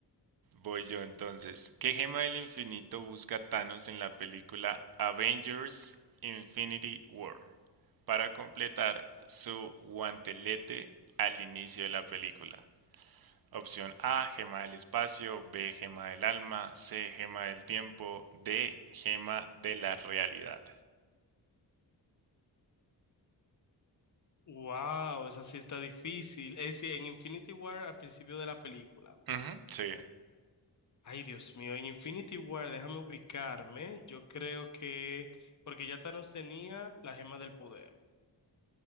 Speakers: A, on the right; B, on the left.
A: Voy yo entonces. ¿Qué gema del infinito busca Thanos en la película Avengers Infinity War para completar su guantelete al inicio de la película? Opción A, gema del espacio, B, gema del alma, C, gema del tiempo, D, gema de la realidad.
B: Wow, esa sí está difícil. Es decir, en Infinity War al principio de la película.
A: Ujú, sí,
B: Ay, Dios mío, en Infinity War, déjame ubicarme. Yo creo que, porque ya Thanos tenía la gema del poder.